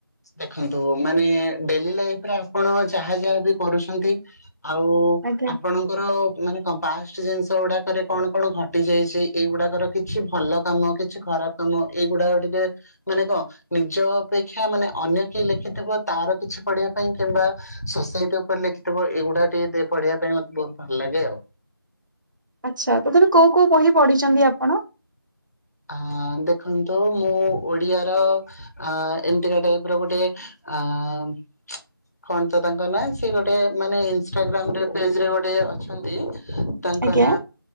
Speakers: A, on the left (about 45°); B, on the right (about 55°).
A: ଦେଖନ୍ତୁ ମାନେ ଡେଲି ଲାଇଫ ରେ ଆପଣ ଯାହା ଯାହା ବି କରୁଛନ୍ତି। ଆଉ
B: ଆଜ୍ଞା
A: ଆପଣଙ୍କର ମାନେ ତମ ପାଷ୍ଟ ଜିନିଷ ଗୁଡାକରେ କଣ କଣ ଘଟି ଯାଇଛି। ଏଇଗୁଡାକର କିଛି ଭଲ କାମ କିଛି ଖରାପ ତମ ଏଇଗୁଡାକ ଟିକେ ମାନେ କଣ ନିଜ ଅପେକ୍ଷା ମାନେ ଅନ୍ୟ କେହି ଲେଖିଥିବ ତାର କିଛି ପଢିବା ପାଇଁ କିମ୍ବା ସୋସାଇଟି ଉପରେ ଲେଖିଥିବ ଏଇଗୁଡା ଟିକେ ପଢିବା ପାଇଁ ମତେ ବହୁତ ଭଲ ଲାଗେ ଆଉ।
B: ଆଚ୍ଛା ତମେ କୋଉ କୋଉ ବହି ପଢିଛନ୍ତି ଆପଣ?
A: ହଁ ଦେଖନ୍ତୁ ମୁଁ ଓଡିଆର ଅ ଏମତିକା ଟାଇପ ର ଗୋଟେ ଅ କଣ ତ ତାଙ୍କ ନାଁ ସେ ଗୋଟେ ମାନେ ଇନଷଟାଗ୍ରାମ ପେଜରେ ଗୋଟେ ଅଛନ୍ତି। ତାଙ୍କ
B: ଆଜ୍ଞା
A: ନା